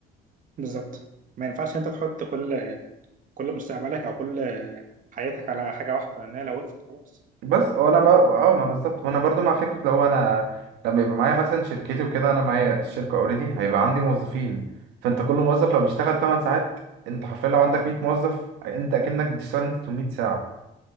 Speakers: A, on the right; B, on the right.
A: بالظبط ما ينفعش انت تحط كل كل مستقبلك او كل حياتك على حاجه واحده لانها لو وقفت خلاص
B: بس هو انا ما اه ما بالظبط وانا برضو مع فكره لو انا لما يبقى معايا مثلا شركتي وكده انا معايا الشركه اوريدي هيبقى عندي موظفين فانت كل موظف لو بيشتغل 8 ساعات انت حرفيا لو عندك 100 موظف انت اكنك بتشتغل انت 800 ساعه